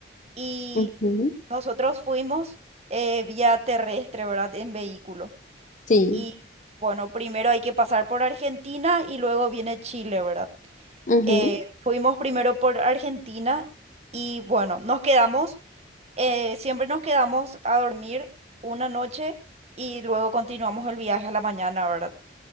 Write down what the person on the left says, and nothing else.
ujú,
Sí,
ujú,